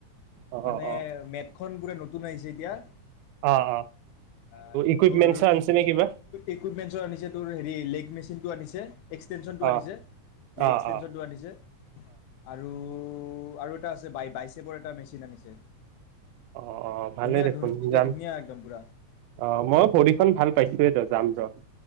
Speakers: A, on the right; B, on the left.
A: অ
B: মানে
A: অ অ
B: মেটখন পুৰা নতু তুন আহিছে এতিয়া
A: অ অ
B: আৰু
A: ইকুইপমেন্টছো
B: তোৰ
A: আনিছে নে কিবা
B: ইকুইপমেন্সও আনিছে তোৰ হেৰি লেগ মেচ চিনটো আনিছে এক্সটেনশ্যনটো
A: অ
B: আনিছে লেগ
A: অ
B: এক্সটেনশ্যনটো
A: অ অ
B: আনিছে আৰু আৰু এটা আছে বাই বাই এচৰ এটা মেচিন আনিছে
A: অ অ ভালে
B: ধুনীয়া
A: দেখোন
B: ধুন এতিয়া
A: যাম
B: ধুনীয়া একদম পুৰা
A: অ মই ভৰিখন ভাল পাইছোয়েই ৰ যাম ৰ